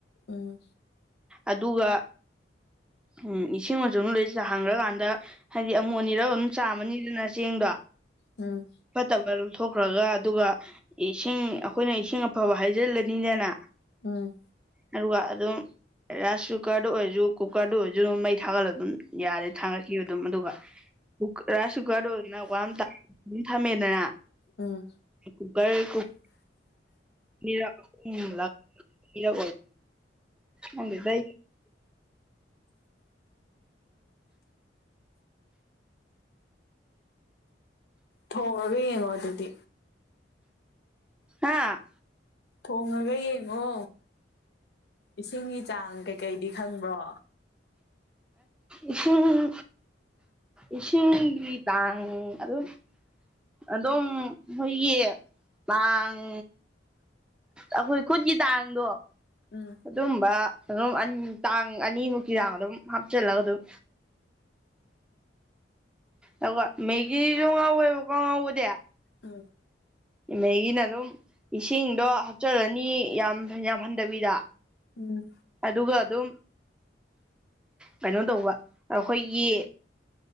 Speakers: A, on the left; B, in the centre.
A: ꯎꯝ
B: ꯑꯗꯨꯒ ꯎ ꯏꯁꯤꯡ ꯃꯆ ꯂꯩꯁꯤꯗ ꯍꯪꯈ꯭ꯔꯀꯥꯟꯗ ꯍꯥꯏꯗꯤ ꯑꯃꯣꯠꯅꯤꯔ ꯑꯗꯨꯝ ꯆꯥꯝꯃꯅꯤꯗꯅ ꯆꯦꯡꯗꯣ
A: ꯎꯝ
B: ꯐꯠꯇꯕ ꯂꯧꯊꯣꯛꯈ꯭ꯔꯒ ꯑꯗꯨꯒ ꯏꯁꯤꯡ ꯑꯩꯈꯣꯏꯅ ꯏꯁꯤꯡ ꯑꯐꯕ ꯍꯥꯏꯖꯤꯜꯂꯅꯤꯗꯅ
A: ꯎꯝ
B: ꯑꯗꯨꯒ ꯑꯗꯨꯝ ꯔꯥꯏꯁ ꯀꯨꯀꯔꯗ ꯑꯣꯏꯔꯁꯨ ꯀꯨꯀꯔꯗ ꯑꯣꯏꯔꯁꯨ ꯑꯗꯨꯝ ꯃꯩ ꯊꯥꯒꯠꯂ ꯑꯗꯨꯝ ꯌꯥꯔꯦ ꯊꯥꯡꯒꯠꯈꯤꯕ ꯑꯗꯨꯝ ꯑꯗꯨꯒ ꯔꯥꯏꯁ ꯀꯨꯀꯔꯗ ꯑꯣꯏꯗꯅ ꯋꯥ ꯑꯗꯨꯝ ꯊꯝꯃꯦꯗꯅ
A: ꯎꯝ
B: ꯀꯨꯀꯔ ꯀꯨꯛ ꯔꯛꯔꯛ ꯑꯣꯏ ꯑꯗꯨꯗ
A: ꯊꯣꯡꯉꯒ ꯌꯦꯡꯉꯣ ꯑꯗꯨꯗꯤ
B: ꯍꯥꯥ
A: ꯊꯣꯡꯉꯒ ꯌꯦꯡꯉꯣ ꯏꯁꯤꯡꯒꯤ ꯆꯥꯡ ꯀꯩꯀꯩꯗꯤ ꯈꯪꯕ꯭ꯔꯣ
B: ꯏꯁꯤꯡ ꯏꯁꯤꯡꯒꯤ ꯇꯥꯡ ꯑꯗꯨꯝ ꯑꯗꯨꯝ ꯑꯩꯈꯣꯏꯒꯤ ꯇꯥꯡ ꯑꯩꯈꯣꯏ ꯈꯨꯠꯀꯤ ꯇꯥꯡꯗꯣ
A: ꯎꯝ
B: ꯑꯗꯨꯝꯕ ꯑꯗꯨꯝ ꯇꯥꯡ ꯑꯅꯤꯃꯨꯛꯀꯤ ꯆꯥꯡ ꯑꯗꯨꯝ ꯍꯥꯞꯆꯤꯜꯂꯒ ꯑꯗꯨꯝ ꯑꯗꯨꯒ ꯃꯦꯒꯤꯖꯨ ꯉꯧꯋꯦꯕꯀꯣ ꯉꯧꯕꯗ
A: ꯎꯝ
B: ꯃꯦꯒꯤꯅ ꯑꯗꯨꯝ ꯏꯁꯤꯡꯗꯣ ꯍꯥꯞꯆꯜꯂꯅꯤ ꯌꯥꯝ ꯌꯥꯝ ꯍꯟꯗꯕꯤꯗ
A: ꯎꯝ
B: ꯑꯗꯨꯒ ꯑꯗꯨꯝ ꯀꯩꯅꯣ ꯇꯧꯕ ꯑꯩꯈꯣꯏꯒꯤ